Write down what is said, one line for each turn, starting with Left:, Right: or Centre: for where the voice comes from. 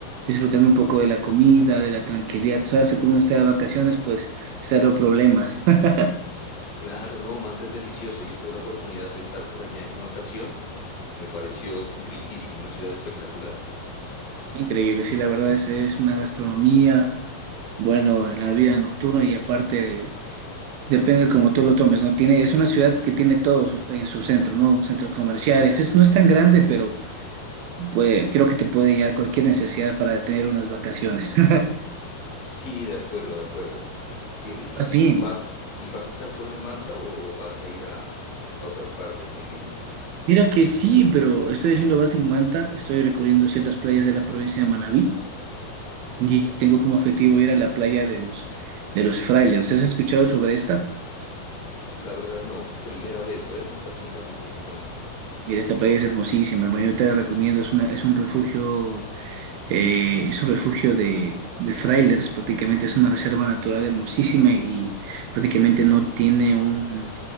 Right: disfrutando un poco de la comida, de la tranquilidad. Sabes que cuando uno está de vacaciones, pues cero problemas. <laughs>
Left: Claro, no, Manta es delicioso. Yo tuve la oportunidad de estar por allá en una ocasión. Me pareció riquísimo, una ciudad espectacular.
Right: Increíble, sí, la verdad es, es una gastronomía, bueno, la vida nocturna y aparte Depende de cómo tú lo tomes, ¿no? Tiene, es una ciudad que tiene todo su- en su centro, ¿no? Centros comerciales. Es, no es tan grande, pero puede- creo que te puede llegar cualquier necesidad para tener unas vacaciones. <laughs>
Left: <laughs> Sí, de acuerdo, de acuerdo. Sí, ri- y,
Right: Más bien,
Left: y vas, ¿y vas a estar solo en Manta o, o vas a ir a, a otras partes también?
Right: mira que sí, pero estoy haciendo base en Manta, estoy recorriendo ciertas playas de la provincia de Manabí y tengo como objetivo ir a la playa de los, de los Frailers. ¿Has escuchado sobre esta?
Left: La verdad, no, primera vez. A ver, conta- contame un poquito más.
Right: Mira, esta playa es hermosísima, hermano, yo te la recomiendo, es una, es un refugio Eh, es un refugio de, de trailers, prácticamente es una reserva natural hermosísima y prácticamente no tiene un